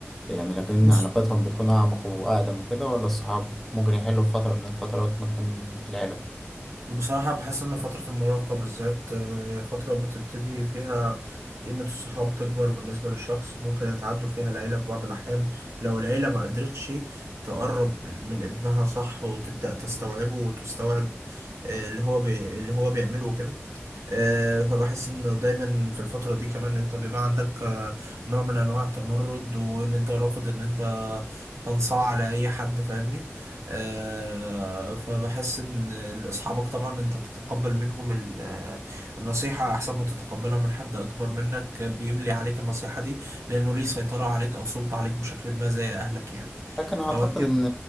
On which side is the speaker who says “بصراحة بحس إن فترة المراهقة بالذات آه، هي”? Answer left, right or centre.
Right